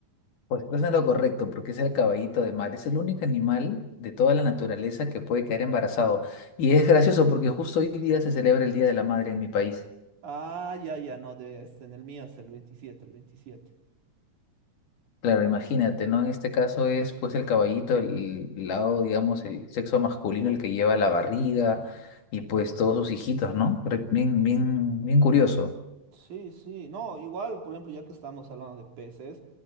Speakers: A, on the left; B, on the right.
A: Pues entonces no es lo correcto, porque es el caballito de mar. Es el único animal de toda la naturaleza que puede quedar embarazado. Y es gracioso porque justo hoy día se celebra el Día de la Madre en mi país.
B: Ah, ya, ya, no, de, es- en el mío es el 27, el 27.
A: Claro, imagínate, ¿no? En este caso es pues el caballito, el el lado, digamos, el sexo masculino, el que lleva la barriga y pues todos sus hijitos, ¿no? Re- Bien, bien, bien curioso.
B: Sí, sí, no, igual, por ejemplo, ya que estamos hablando de peces,